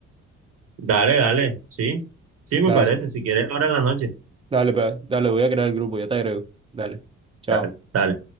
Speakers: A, on the right (about 50°); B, on the right (about 20°).
A: Dale, dale, sí. Sí, me
B: Dale,
A: parece. Si quieres, ahora en la noche.
B: dale, pa- dale, voy a crear el grupo, ya te agrego. Dale. Chao.
A: Dale, dale.